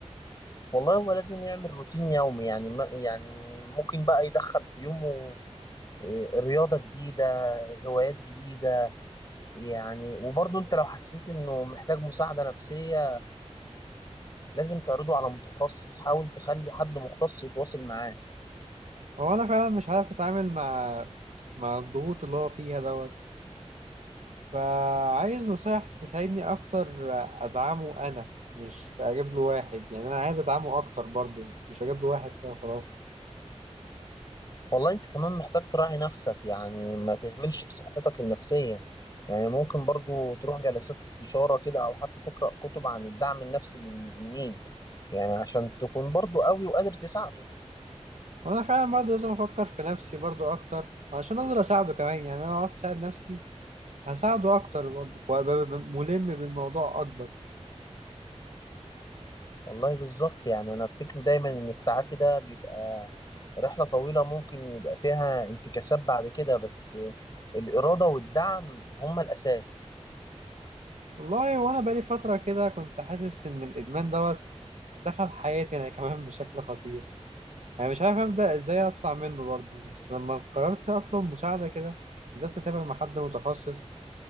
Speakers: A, on the left; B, on the right.
A: والله هو لازم يعمل روتين يومي يعني ما يعني ممكن بقى يدخل في يومه إيه، رياضة جديدة هوايات جديدة يعني وبرضه أنت لو حسيت إنه محتاج مساعدة نفسية لازم تعرضه على متخصص حاول تخلي حد مختص يتواصل معاه
B: هو أنا فعلا مش عارف أتعامل مع مع الضغوط اللي هو فيها دوت فعايز نصايح تساعدني أكتر أدعمه أنا مش أجيب له واحد يعني أنا عايز أدعمه أكتر برضو مش أجيب له واحد كده خلاص
A: والله انت كمان محتاج تراعي نفسك يعني ما تهملش في صحتك النفسية يعني ممكن برضو تروح جلسات استشارة كده او حتى تقرأ كتب عن الدعم النفسي للمدمنين يعني عشان تكون برضو قوي وقادر تساعده
B: وأنا فعلا برضو لازم أفكر في نفسي برضو أكتر عشان أقدر أساعده كمان يعني أنا لو عرفت أساعد نفسي هساعده اكتر برضه وابقى ب- ملم بالموضوع اكبر
A: والله بالظبط يعني انا افتكر دايما ان التعافي ده بيبقى رحلة طويلة ممكن يبقى فيها انتكاسات بعد كده بس الإرادة والدعم هما الأساس
B: والله وانا بقالي فتره كده كنت حاسس ان الادمان دوت دخل حياتي انا كمان بشكل خطير انا مش عارف ابدا ازاي اطلع منه برضه بس لما قررت اطلب مساعده كده بدات اتابع مع حد متخصص